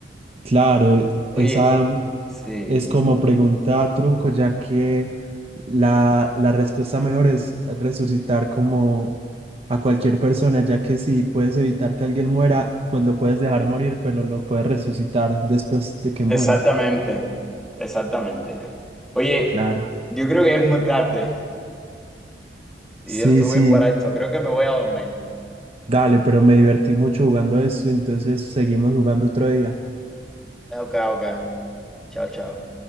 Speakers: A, on the right (about 35°); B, in the centre.
A: Claro,
B: Oye,
A: esa mm,
B: sí,
A: es como pregunta truco, ya que la, la respuesta mejor es resucitar como a cualquier persona, ya que si puedes evitar que alguien muera, pues lo puedes dejar morir, pero lo puedes resucitar después de que muera.
B: exactamente, exactamente. Oye,
A: Claro.
B: yo creo que es muy tarde
A: Sí,
B: y yo no estuve
A: sí,
B: bien jugar a esto, creo que me voy a dormir.
A: dale, pero me divertí mucho jugando esto, entonces seguimos jugando otro día.
B: Ok, ok. Chao, chao.